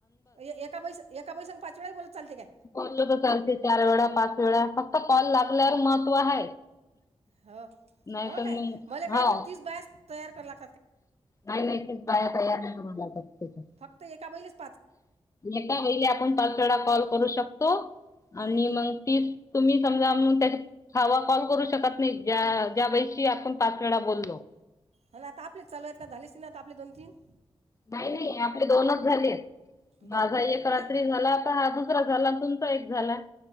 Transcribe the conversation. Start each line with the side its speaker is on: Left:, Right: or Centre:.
Right: ए एका बाई संग एका बाई संग पाच वेळाही बोलत चालते काय...
Left: बोललं तर चालते चार वेळा पाच वेळा फक्त कॉल लागल्यावर महत्त्व आहे.
Right: हं
Left: नाही
Right: हो
Left: तर मग
Right: काय मले काय
Left: हो
Right: वाटलं तीस बायास तयार कर लाग.
Left: नाही नाही तीस बाया तयार नाही करुन लागत. त्याच्या
Right: फक्त एका बईलेच.
Left: एका बईले आपण पाच वेळा कॉल करू शकतो. आणि
Right: हां हां
Left: मग ती तुम्ही समजा त्याचा हवा कॉल करू शकत नाही ज्या. त्या बाईशी आपण पाच वेळा बोललो...
Right: ह ना आता आपलेच चालू हेत ना झाले असतीन ना आपले दोन तीन...
Left: नाही नाही आपले दोनच झालेत माझा
Right: बरं बरं
Left: एक
Right: बरं
Left: रात्री
Right: काय
Left: झाला तर हा दुसरा झाला... तुमचा एक झाला...